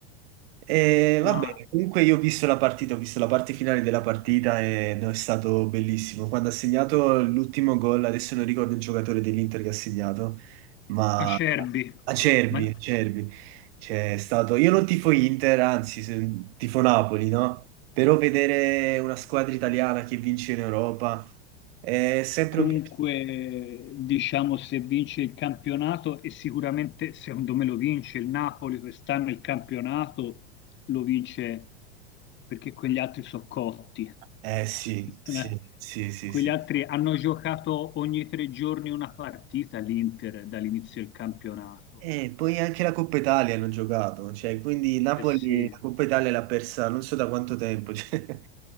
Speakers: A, on the right; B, on the left.
A: Eh,
B: ma
A: va bene, comunque io ho visto la partita, ho visto la parte finale della partita e no, è stato bellissimo. Quando ha segnato l'ultimo gol, adesso non ricordo il giocatore dell'Inter che ha segnato, ma
B: Acerbi,
A: Acerbi,
B: ma
A: Acerbi. C'è stato, io non tifo Inter, anzi, se- tifo Napoli, no? Però vedere una squadra italiana che vince in Europa è sempre
B: comunque
A: un piacere.
B: diciamo se vince il campionato e sicuramente secondo me lo vince il Napoli quest'anno il campionato lo vince perché quegli altri sono cotti.
A: Eh sì,
B: <laughs>
A: sì, sì, sì,
B: Quegli
A: sì.
B: altri hanno giocato ogni tre giorni una partita l'Inter dall'inizio del campionato.
A: E poi anche la Coppa Italia hanno giocato, cioè, quindi Napoli
B: Eh sì.
A: la Coppa Italia l'ha persa non so da quanto tempo. <laughs> cioè,